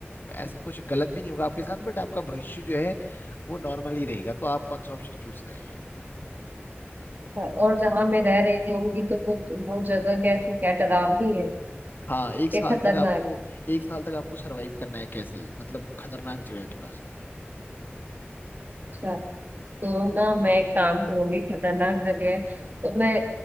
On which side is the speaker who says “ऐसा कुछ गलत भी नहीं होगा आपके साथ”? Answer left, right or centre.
Left